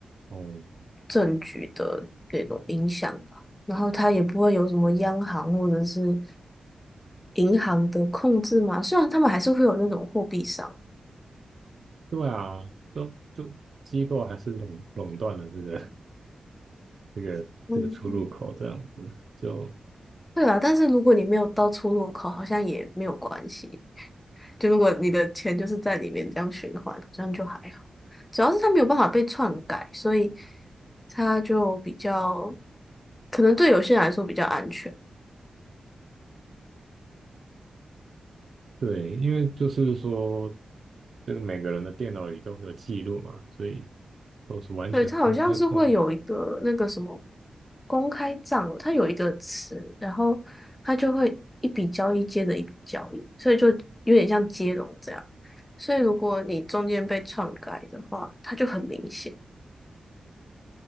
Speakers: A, on the right (about 60°); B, on the left (about 15°).
A: 哦，
B: 政局的那种影响吧。然后它也不会有什么央行或者是银行的控制嘛。虽然他们还是会有那种货币商，
A: 对啊，都就机构还是垄垄断了这个 <laughs> 这个这个出入口这样子，
B: 嗯，
A: 就
B: 对啦。但是如果你没有到出入口，好像也没有关系。就如果你的钱就是在里面这样循环，好像就还好。主要是它没有办法被篡改，所以它就比较，可能对有些人来说比较安全。
A: 对，因为就是说，这个每个人的电脑里都会有记录嘛，所以都是完全公开透明。
B: 对，它好像是会有一个那个什么公开账哦它有一个词，然后它就会一笔交易接着一笔交易，所以就有点像接龙这样。所以如果你中间被篡改的话，它就很明显，